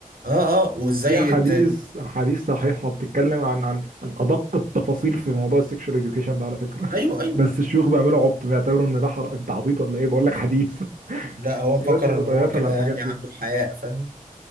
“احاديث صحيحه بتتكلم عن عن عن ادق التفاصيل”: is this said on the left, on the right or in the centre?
Right